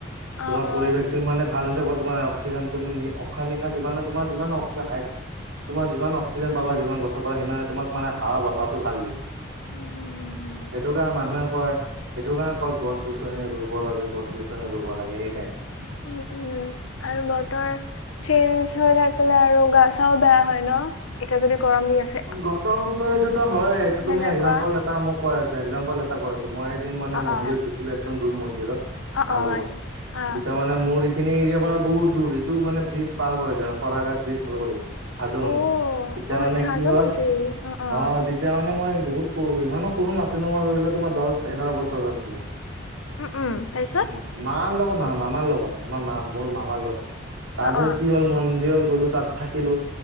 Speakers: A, on the left; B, on the right.
A: অ
B: তোমাৰ পৰিৱেশটো
A: অ
B: সিমানে ভাল হৈ থাকিব তোমাৰ অক্সিজেন তুমি নি উশাহ নিশা যিমানে। তোমাৰ যিমান অক্সাইড হাইট। তোমাৰ যিমান অক্সিজেন পাবা যিমান গছৰ পৰা সিমানে তোমাক মানে হাৱা বতাহটো ভাল দিয়ে।
A: উম
B: সেইটো কাৰণ মানুহে কয়। সেইটো কাৰণে কয় গছ গছনি ৰুব লাগে গছ গছনি ৰুব লাগে সেইকাৰণে।
A: উম আৰু বতৰ। চেইঞ্জেছ হৈ থাকিলে আৰু গা চাও বেয়া হয় ন এতিয়া যদি গৰম দি আছ।
B: গৰমটোতো সেইটো হয় এইটো
A: সেনেকুৱা
B: তুমি এক্জাম্পল এটা মই কৈ আছ এক্জাম্পল এটা কৈ আছ। তো মই এদিন মানে
A: অ
B: মন্দিৰত
A: অ
B: গৈছিলোঁ একদম দূৰ মন্দিৰত
A: অ
B: মাৰ
A: অ
B: লগত
A: আচ্ছা অ
B: তেতিয়া মান। মানে মোৰ এইখিনি এৰিয়াৰ পৰা বহুত দূৰ এইটো মানে ব্ৰিজ পাৰ কৰেগে অহ শৰাই ঘাট ব্ৰিজ পাৰ কৰি। হাজো মন্দিৰ
A: অ
B: এতিয়া
A: অ
B: মানে
A: আচ্ছা হাজো
B: কি হল
A: মজি অ অ
B: হয়। তেতিয়া মানে মই বহুত সৰু ইমানো সৰু নাছিলোঁ মই ধৰি লোৱা তোমাৰ দহ এঘাৰ বছৰ আছিলোঁ।
A: উম উম তাৰপিছত
B: উম মাৰ লগত নহয় মামাৰ লগত আমাৰ মা মোৰ মামাৰ লগত। তাৰপিছত
A: অ অ
B: কি হ'ল মন্দিৰত গ'লো তাত থাকিলো